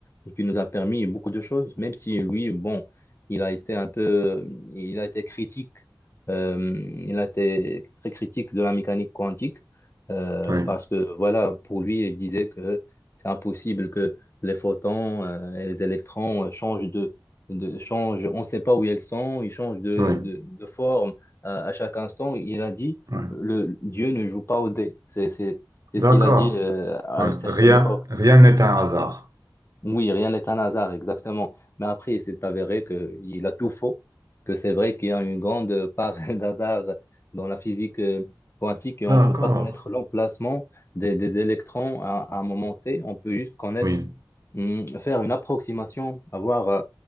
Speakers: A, on the left (about 35°); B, on the right (about 50°).
A: et qui nous a permis beaucoup de choses, même si lui, bon, il a été un peu, il a été critique, euh, il a été très critique de la mécanique quantique euh,
B: Oui,
A: parce que, voilà, pour lui, il disait que c'est impossible que les photons euh, et les électrons euh, changent de, de changent, on ne sait pas où ils sont, ils changent de,
B: oui,
A: de, de forme euh, à chaque instant. Il a dit
B: oui.
A: le, Dieu ne joue pas au dé. C'est, c'est, c'est
B: D'accord.
A: ce qu'il a dit euh, à
B: Oui.
A: une certaine
B: Rien,
A: époque.
B: rien n'est un hasard.
A: Oui, rien n'est un hasard, exactement. Mais après, il s'est avéré qu'il a tout faux, que c'est vrai qu'il y a une grande part <laughs> d'hasard dans la physique euh, quantique et on
B: D'accord.
A: ne peut pas connaître l'emplacement des, des électrons à, à un moment T. On peut juste connaître,
B: Oui,
A: hum, faire une approximation, avoir euh,